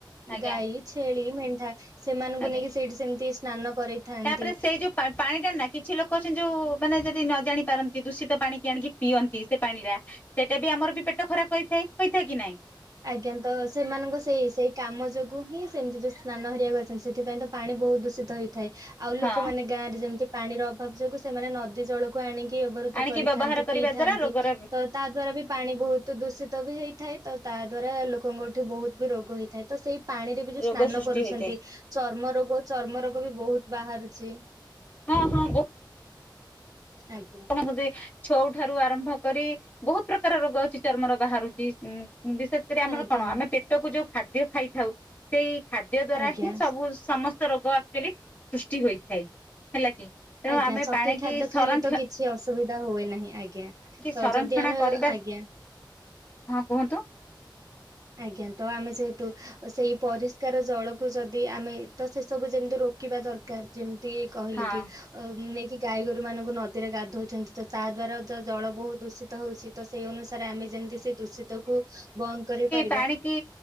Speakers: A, on the left (about 25°); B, on the right (about 50°).
A: ଆଜ୍ଞା
B: ଗାଈ, ଛେଳି, ମେଣ୍ଢା ସେମାନଙ୍କୁ
A: ଆଜ୍ଞା
B: ନେଇକି, ସେଇଠି ସେମିତି ସ୍ନାନ କରେଇଥାନ୍ତି
A: ତାପରେ
B: ।
A: ସେଇ ଯୋଉ ପାଣି ଟା ନା କିଛି ଲୋକ ଅଛନ୍ତି, ଯୋଉ ମାନେ ଯଦି ନ ଜାଣି ପାରନ୍ତି, ଦୂଷିତ ପାଣି କିି ଆଣିକି ପିଅନ୍ତି, ସେ ପାଣି ରା ସେଇଟା ବି ଆମର ବି ପେଟ ଖରାପ କରିଥାଏ, ହୋଇଥାଏ, କି ନାଇଁ ।
B: ଆଜ୍ଞା, ତ ସେମାନଙ୍କ ସେଇ, ସେଇ କାମ ଯୋଗୁ ହିଁ ସେମିତି ସ୍ନାନ ହେରିଆ କରିଛନ୍ତି, ସେଥିପାଇଁ ତ ପାଣି ବହୁତ ଦୂଷିତ ହେଇ ଥାଏ, ଆଉ
A: ହଁ
B: ଲୋକମାନେ ଗାଁରେ ଯେମିତି, ପାଣିର ଅଭାବ ଯୋଗୁ ସେମାନେ ନଦୀ ଜଳକୁ ଆଣିକି ବ୍ୟବହୃତ
A: ଆଣିକି
B: କରିଥାନ୍ତି,
A: ବ୍ୟବହାର କରିବା
B: ପିଇଥାନ୍ତି,
A: ଦ୍ଵାରା ରୋଗର
B: ତ ତା ଦ୍ଵାରା ବି ପାଣି ବହୁତ ଦୂଷିତ ବି ହେଇ ଥାଏ ତ ତା ଦ୍ଵାରା ଲୋ ଲୋକଙ୍କଠି ବହୁତ ବି ରୋଗ ହେଇଥି ଥାଏ, ତ ସେଇ ପାଣିରେ ବି ଯୋଉ
A: ରୋଗ
B: ସ୍ନାନ
A: ସୃଷ୍ଟି
B: କରୁଛନ୍ତି,
A: ହୋଇଥାଏ
B: ଚର୍ମ ରୋଗ ଚର୍ମ ରୋଗ, ବି ବହୁତ ବାହାରୁଛି ।
A: ହଁ, ହଁ, ବୋ <inaudible>
B: ଆଜ୍ଞା
A: ଛୋଉ ଠାରୁ ଆରମ୍ଭ କରି ବହୁତ ପ୍ରକାର ରୋଗ ଅଛି ଚର୍ମର ବାହାରୁଛି, ଉ ବିଶେଷ କରି ଆମର
B: ଆଜ୍ଞା
A: କଣ ଆମେ ପେଟକୁ ଯୋଉ <unintelligible> ଖାଦ୍ୟ ଖାଇଥାଉ ସେଇ ଖାଦ୍ୟ ଦ୍ଵାରା
B: ଆଜ୍ଞା
A: ହିଁ ସବୁ ସମସ୍ତ ରୋଗ ଆଚଲି ସୃଷ୍ଟି ହୋଇଥାଏ । ହେଲା କି? ତେଣୁ
B: ଆଜ୍ଞା
A: ଆମେ
B: ସଠିକ
A: ପାଣିକି
B: ଖାଦ୍ୟ
A: ସଂରକ୍ଷଣ
B: ଖାଇଲେ ତ କିଛି ଅସୁବିଧା ହୁଏ ନାହିଁ ଆଜ୍ଞା। ତ
A: ସଂରକ୍ଷଣ
B: ଯଦି ଆମେ
A: କରିବା
B: ଆଜ୍ଞା।
A: ହଁ କୁହନ୍ତୁ ।
B: ଆଜ୍ଞା ତ ଆମେ ଯେହେତୁ ସେଇ ପରିଷ୍କାର ଜଳକୁ ଯଦି ଆମେ ତ ସେସବୁ ଯେମିତି ରୋକିବା ଦରକାର ଯେମିତି ଟିକେ କହିଲେ
A: ହଁ
B: କି ନେଇ କି ଗାଈ, ଗୋରୁ ମାନଙ୍କୁ ନଦୀରେ ଗାଧଉଛନ୍ତି ତ ତା ଦ୍ଵାରା ତ ଜଳ ବହୁ ଦୂଷିତ ହଉଛି, ତ ସେଇ ଅନୁଶ ସାରେ ଆମେ ଯେମିତି ସେ ଦୂଷିତ କ ବନ୍ଦ କରିବା
A: ପାଣି କି